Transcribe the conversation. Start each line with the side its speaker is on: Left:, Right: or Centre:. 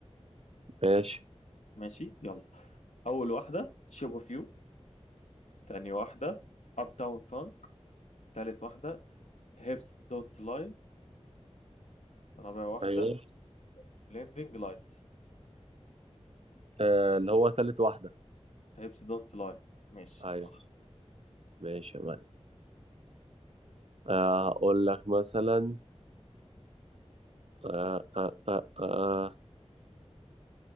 Right: ماشي
Left: ماشي يلا أول واحدة شيب أوف يو تاني واحدة أب تاون فانك تالت واحدة هيبس دونت لاي رابع واحدة
Right: ايوه
Left: بليندنج لايت
Right: آه اللي هو تالت واحده
Left: هيبس دونت لاي ماشي
Right: ايوه
Left: صح
Right: ماشي يا معلم آه اقول لك مثلا آه آه آه آه.